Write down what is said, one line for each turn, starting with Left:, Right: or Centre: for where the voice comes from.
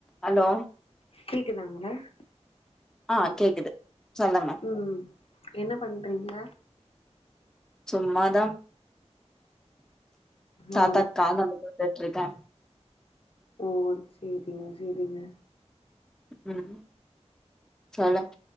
Centre: Hello
Left: கேக்குதாங்க madam
Centre: ஆ கேக்குது சொல்லுங்க
Left: ம் என்ன பண்றீங்க?
Centre: சும்மாதா தாத்தாக்கு
Left: ஓ
Centre: கால் அமுத்தி விட்டுட்டு இருக்கேன்
Left: ஓ சேரிங்க சேரிங்க
Centre: ம் சொல்லுங்